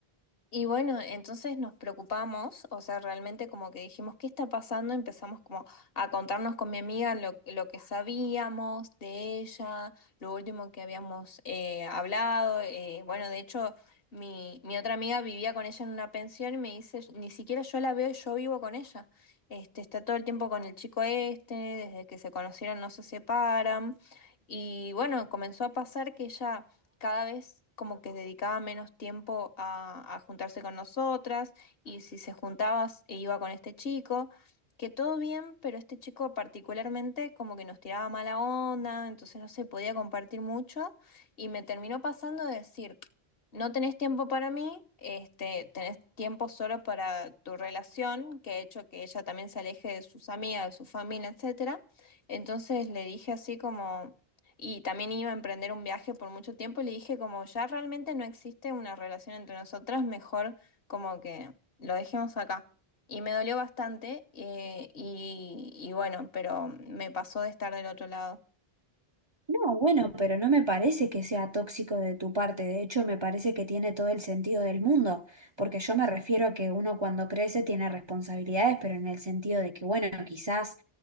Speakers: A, on the left; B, on the right.
A: Y bueno, entonces nos preocupamos, o sea, realmente como que dijimos, ¿qué está pasando? Empezamos como a contarnos con mi amiga lo, lo que sabíamos de ella, lo último que habíamos eh, hablado. eh, bueno, de hecho, mi, mi otra amiga vivía con ella en una pensión y me dice, ni siquiera yo la veo y yo vivo con ella. Este, está todo el tiempo con el chico este, desde que se conocieron no se separan. Y bueno, comenzó a pasar que ella cada vez como que dedicaba menos tiempo a, a juntarse con nosotras y si se juntaba s- e iba con este chico, que todo bien, pero este chico particularmente como que nos tiraba mala onda, entonces no se podía compartir mucho y me terminó pasando de decir, no tenés tiempo para mí, este, tenés tiempo solo para tu relación, que ha hecho que ella también se aleje de sus amigas, de su familia, etcétera. Entonces le dije así como y también iba a emprender un viaje por mucho tiempo y le dije como ya realmente no existe una relación entre nosotras, mejor como que lo dejemos acá. Y me dolió bastante eh, y, y bueno, pero me pasó de estar del otro lado.
B: No, bueno, pero no me parece que sea tóxico de tu parte, de hecho me parece que tiene todo el sentido del mundo, porque yo me refiero a que uno cuando crece tiene responsabilidades, pero en el sentido de que, bueno, quizás